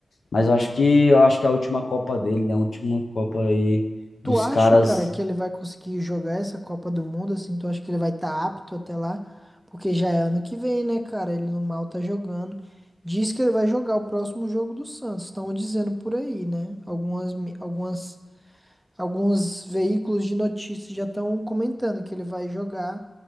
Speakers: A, on the left; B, in the centre.
A: Mas eu acho que eu acho que é a última Copa dele, né? A última Copa aí dos
B: Tu acha,
A: caras.
B: cara, que ele vai conseguir jogar essa Copa do Mundo, assim? Tu acha que ele vai estar apto até lá? Porque já é ano que vem, né, cara? Ele no mal tá jogando. Diz que ele vai jogar o próximo jogo do Santos. Estão dizendo por aí, né? Algumas, mi- algumas, alguns veículos de notícias já estão comentando que ele vai jogar